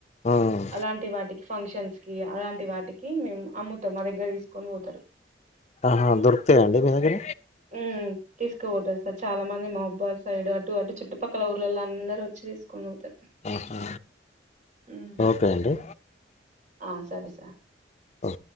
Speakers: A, on the left; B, on the right.
A: ఉమ్.
B: అలాంటి వాటికి ఫంక్షన్స్ స్కి అలాంటి వాటికి మేము అమ్ముతాం మా దగ్గర తీసుకొని పోతారు
A: ఆహా దొరుకుతాయి అండి మీ దగ్గర
B: ఉమ్ తీసుకుపోతారు సార్ చాలా మంది మౌబాద్ సైడ్ అటు అటు చుట్టుపక్కల ఊర్లల అందరు వచ్చి తీసుకొని పోతారు
A: ఆహా
B: ఉమ్
A: ఓకే అండి
B: ఆ సరే సార్
A: ఓకే